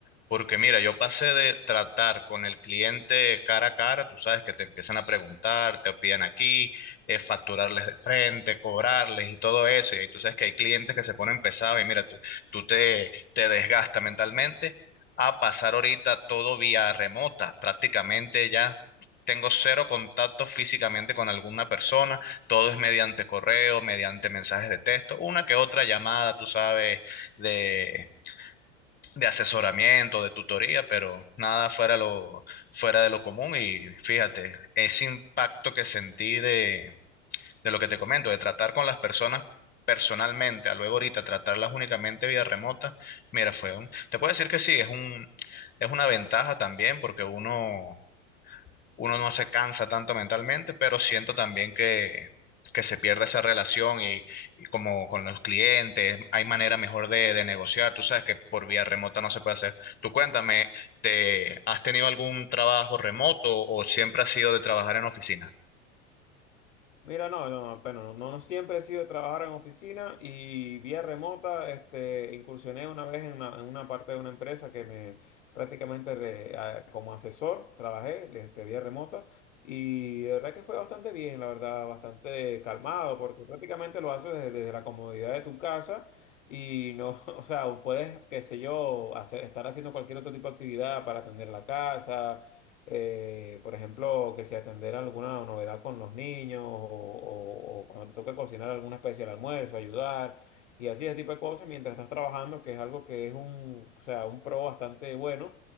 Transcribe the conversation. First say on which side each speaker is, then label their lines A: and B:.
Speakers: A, on the left; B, on the left.
A: Porque mira, yo pasé de tratar con el cliente cara a cara, tú sabes que te empiezan a preguntar, te piden aquí, eh, facturarles de frente, cobrarles y todo eso. Y ahí tú sabes que hay clientes que se ponen pesados y mira, tú, tú te, te desgastas mentalmente a pasar ahorita todo vía remota. Prácticamente ya tengo cero contacto físicamente con alguna persona, todo es mediante correo, mediante mensajes de texto, una que otra llamada, tú sabes, de de asesoramiento, de tutoría, pero nada fuera, lo, fuera de lo común. Y fíjate, ese impacto que sentí de, de lo que te comento, de tratar con las personas personalmente, a luego ahorita tratarlas únicamente vía remota, mira, fue un, te puedo decir que sí, es un, es una ventaja también porque uno uno no se cansa tanto mentalmente, pero siento también que, que se pierde esa relación y, y como con los clientes, hay manera mejor de, de negociar, tú sabes que por vía remota no se puede hacer. Tú cuéntame, ¿te has tenido algún trabajo remoto o siempre has sido de trabajar en oficina?
B: Mira, no, no, no, pero no, no siempre he sido de trabajar en oficina y vía remota, este, incursioné una vez en una, en una parte de una empresa que me prácticamente re- a- como asesor trabajé este, vía remota y de verdad que fue bastante bien, la verdad, bastante calmado porque prácticamente lo haces desde, desde la comodidad de tu casa y no, <laughs> o sea, puedes, qué sé yo, hacer, estar haciendo cualquier otro tipo de actividad para atender la casa eh, por ejemplo, que si atender alguna novedad con los niños o, o- o cuando te toca cocinar alguna especie de almuerzo, ayudar y así ese tipo de cosas mientras estás trabajando, que es algo que es un, o sea, un pro bastante bueno,